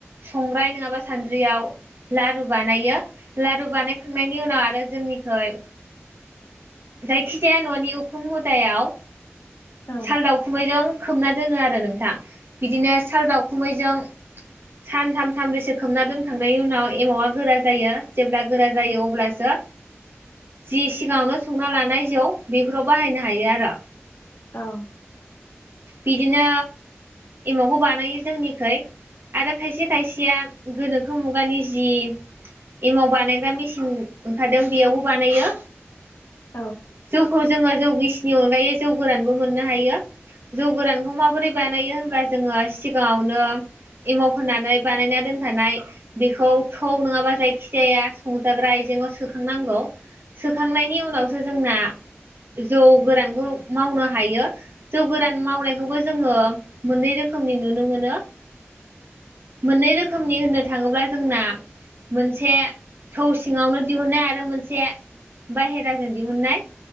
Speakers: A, on the right; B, on the left.
A: संग्राय नङाबा सान्द्रियाव लारु बानायो लारु बानायखांनायनि उनाव आरो जोंनिखै जायखिजाया ननि उखुम मुदायाव
B: औ
A: साल दाउखुमैजों खोबना दोनो आरो नोंथां बिदिनो साल दाउखुमैजों <inaudible> सानथाम सानब्रैसो खोबना दोनखांनायनि उनाव एमावा गोरा जायो जेब्ला गोरा जायो अब्लासो जि सिगाङावनो संना लानाय जौ बेफोराव बाहायनो हायो आरो
B: औ
A: बिदिनो एमावखौ बानायो जोंनिखै आरो खायसे खायसेया गोनोखो मुगानि जि एमाव बानायग्रा मेसिन ओंखारदों बेयावबो बानायो
B: औ
A: जौखौ जोङो जौ गिसिनि अनगायै जौ गोरानबो मोननो हायो। जौ गोरानखौ माबोरै बानायो होनब्ला जोङो सिगाङावनो एमाव फोननानै बानायना दोनखानाय बेखौ थौ नङाबा जायखि जाया संजाग्रा जेंयाव सोखांनांगौ सोखांनायनि उनावसो जोंना जौ गोरानखौ मावनो हायो। जौ गोरान मावनायखौबो जोङो मोननै रोखोमनि नुनो मोनो। मोननै रोखोमनि होननो थाङोब्ला जोंना मोनसे थौ सिङावनो दिहुननाय आरो मोनसे बाहेराजों दिहुननाय